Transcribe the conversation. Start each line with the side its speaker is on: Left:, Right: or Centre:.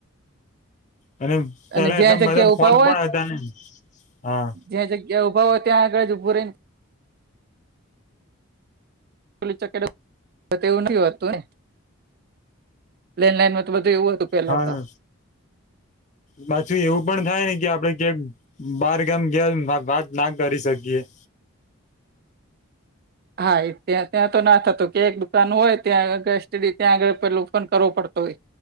Left: અને પહેલાં
Right: અને જ્યાં
Left: એટલા
Right: જગ્યા
Left: બધા
Right: ઉભા
Left: ફોન પણ હતા નહીં હા
Right: જે જગ્યા ઉભા હોયે ત્યાં આગળ ઉભા રહી ને <unintelligible> હ લેન્ડલાઇનમાં તો બધું એવું હતું. પેલા
Left: હા
Right: તો
Left: પછી એવુ પણ થયે ને જાયારે આપડે બહારગામ ગ્યા હોયતો વાત ના હારી શકીયે
Right: હા, એ ત્યાં-ત્યાં તો ના થતું કે એક દુકાન હોય ત્યાં, એસ ટીડી ત્યાં આગળ પેલું ફોન કરવો પડતો હોય.